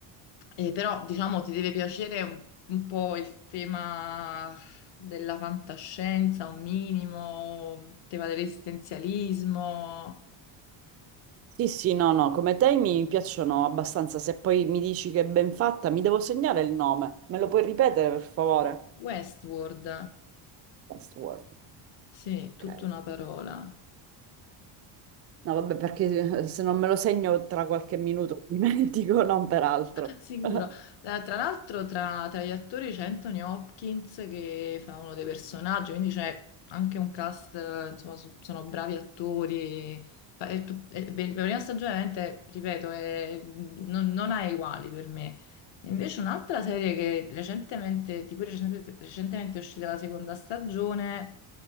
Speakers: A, on the left; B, on the right.
A: Eh, però diciamo ti deve piacere un un po' il tema della fantascienza, un minimo, il tema dell'esistenzialismo.
B: Sì, sì, no, no, come te mi piacciono abbastanza. Se poi mi dici che è ben fatta, mi devo segnare il nome. Me lo puoi ripetere, per favore?
A: Westworld,
B: Westworld.
A: sì, tutta
B: Ok.
A: una parola.
B: No, vabbè, perché eh, se non me lo segno tra qualche minuto mi <laughs> dimentico, non peraltro.
A: <laughs> Sicuro.
B: <laughs>
A: Eh, tra l'altro tra, tra gli attori c'è Anthony Hopkins che fa uno dei personaggi, quindi c'è anche un cast, eh, insomma, so- sono bravi attori. Fa- è tu- è be- La prima stagione, veramente, ripeto, è- non, non ha uguali per me. E Invece un'altra serie che recentemente, di cui recentemente, recentemente è uscita la seconda stagione,